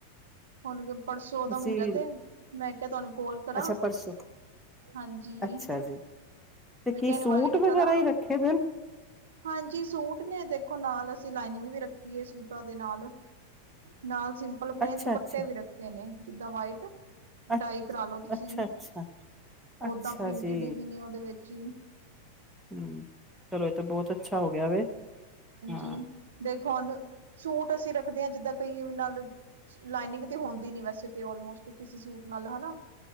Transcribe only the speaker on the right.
ਹੁਣ ਵੀ ਪਰਸੋਂ
ਦਾ ਮਹੂਰਤ ਏ ਮੈਂ ਕਿਆ ਤੁਹਾਨੂੰ ਕੋਲ ਕਰਾਂ
ਹਾਂਜੀ।
ਮੈਂ
ਕਿਹਾ
ਇਨਵਾਈਟ
ਕਰਾਂ।
ਹਾਂਜੀ ਸੂਟ ਨੇ ਦੇਖੋ ਨਾਲ ਅਸੀਂ ਲਾਈਨਿੰਗ ਵੀ ਰੱਖੀਏ ਸੂਟਾਂ ਦੇ ਨਾਲ। ਨਾਲ ਸਿੰਪਲ ਪਲੇਨ
ਦੁਪੱਟੇ
ਵੀ ਰੱਖੇ ਨੇ ਜਿੱਦਾਂ ਵਾਈਟ।
ਡਾਈ ਕਰਾ ਲੋ ਤੁਸੀਂ
ਓਦਾਂ ਪ੍ਰਿੰਟਿਡ
ਵੀ ਨੇ ਓਦੇ ਵਿੱਚ ਈ।
<unintelligible> ਦੇਖੋ ਹੁਣ ਸੂਟ ਅਸੀਂ ਰੱਖਦੇ ਆਂ ਜਿੱਦਾਂ ਕਈ ਨਾਲ ਲਾਈਨਿੰਗ ਤੇ ਹੁੰਦੀ ਨੀ ਵੈਸੇ ਤੇ ਓਲਮੋਸਟ ਕਿਸੇ ਸੂਟ ਨਾਲ ਹਨਾ।